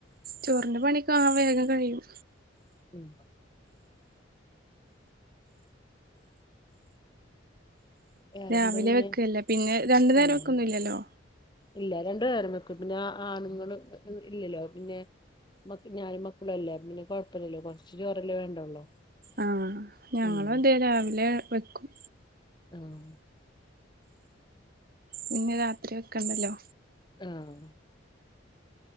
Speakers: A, on the right; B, on the left.
A: ചോറിന്റെ പണിക്ക ആ വേഗം കഴിയും.
B: ഉം വേറെന്താ
A: രാവിലെ
B: പിന്നെ
A: വെക്കല്ലേ പിന്നെ രണ്ടു
B: ആഹ്
A: നേരം വെക്കൊന്നുല്ലല്ലോ.
B: ഇല്ല രണ്ടു നേരം വെക്കൊ പിന്നെ അ ആണുങ്ങൾ ഇല്ലല്ലോ പിന്നെ. മക്ക് ഞാനും മക്കളു അല്ലെ അപ്പപിന്നെ കൊഴപ്പല്ലല്ലോ കൊർച്ച് ചോറെല്ലേ വേണ്ടൊള്ളൂ.
A: ആഹ് ഞങ്ങളു
B: ഉം
A: അതെ രാവിലെ വെക്കും.
B: ആഹ്
A: പിന്നെ രാത്രി വെക്കണ്ടെല്ലോ.
B: ഹാഹ്